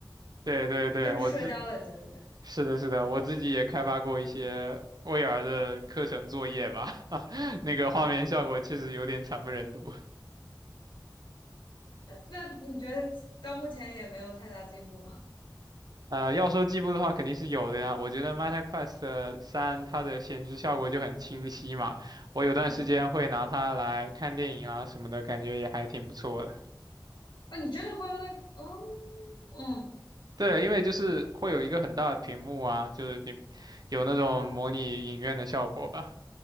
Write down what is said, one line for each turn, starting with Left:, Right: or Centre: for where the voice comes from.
Right: 对对对，
Left: 就是社交类，
Right: 我自
Left: 对对对。
Right: 是的是的，我自己也开发过一些 VR 的课程作业吧，<laughs> 那个画面效果确实有点惨不忍睹。
Left: 哦，那你觉得到目前也没有太大进步吗？
Right: 呃，要说进步的话，肯定是有的呀。我觉得 Meta Quest 三它的显示效果就很清晰嘛，我有段时间会拿它来看电影啊什么的，
Left: 嗯，
Right: 感觉也还挺不错的。
Left: 哦，你真的会用那个哦，嗯
Right: 对，因为就是会有一个很大的屏幕啊，就是你有那种模拟影院的效果吧。